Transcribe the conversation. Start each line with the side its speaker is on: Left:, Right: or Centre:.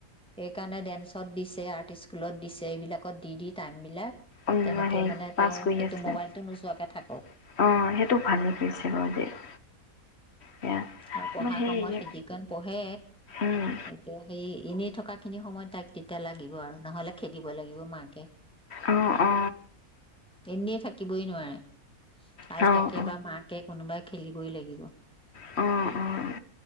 Centre: সেইকাৰণে ডেন্সত দিছে আৰ্ট স্কুলত দিছে এইবিলাকত দি দি টাইমবিলাক
Left: হেৰি
Centre: তেনেকে মানে তেওঁ
Left: পাছ কৰি
Centre: সেইটো
Left: আছে
Centre: মোবাইলটো
Left: অ'
Centre: নোচোৱাকে থাকক
Left: সেইটো ভালেই কৰিছে বাৰু দেই। সেয়া
Centre: আৰু পঢ়া
Left: মই সেই
Centre: সময়ত সি যিখন পঢ়ে
Left: উম
Centre: এতিয়া সেই এনে থকা খিনি সময়ত তাইক তেতিয়া লাগিব আৰু নহলে খেদিব লাগিব মাকে
Left: অ' অ'।
Centre: এনে থাকিবই নোৱাৰে।
Left: অ',
Centre: আইতাকে বা মাকে কোনোবাই খেলিবই লাগিব।
Left: অ', অ', অ',